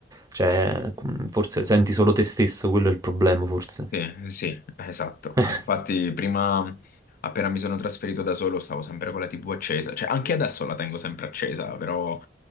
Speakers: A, on the right (about 20°); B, on the left (about 50°).
A: cioè, mm, forse senti solo te stesso, quello è il problema, forse.
B: Sì, sì, sì, esatto.
A: <laughs>
B: Infatti, prima, appena mi sono trasferito da solo, stavo sempre con la TV accesa. Cioè, anche adesso la tengo sempre accesa, però